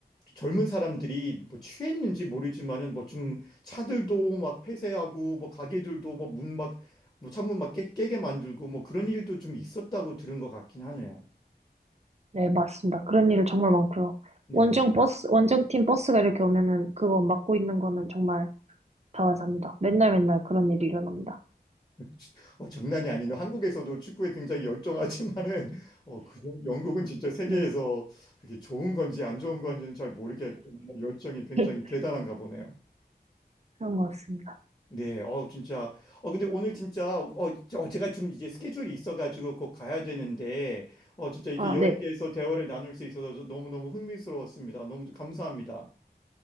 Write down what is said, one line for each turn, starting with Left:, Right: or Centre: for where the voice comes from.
Left: 젊은 사람들이 뭐 취했는지 모르지만은 뭐 좀 차들도 막 폐쇄하고 뭐 가게들도 뭐 문 막 뭐 창문 막 깨, 깨게 만들고 뭐 그런 일도 좀 있었다고 들은 것 같긴 하네요.
Right: 네, 맞습니다. 그런 일 정말 많고요.
Left: 네.
Right: 원정 버스, 원정팀 버스가 이렇게 오면은 그거 맡고 있는 거는 정말 다반사입니다. 맨날 맨날 그런
Left: 어,
Right: 일이 일어납니다.
Left: 지- 어, 장난이 아니네. 한국에서도 축구에 굉장히 열정하지만은 어, 그 정- 영국은 진짜 세계에서
Right: 네,
Left: 그게 좋은 건지 안 좋은 건지는 잘 모르겠지만 열정이 굉장히
Right: <laughs>
Left: 대단한가 보네요.
Right: 그런 것 같습니다.
Left: 네, 어, 진짜. 어, 근데 오늘 진짜, 어, 저- 어, 제가 좀 이제 스케줄이 있어가지고 곧 가야 되는데, 어, 진짜 이렇게
Right: 아,
Left: 여행에
Right: 네.
Left: 대해서 대화를 나눌 수 있어서 저 너무너무 흥미스러웠습니다. 너무 감사합니다.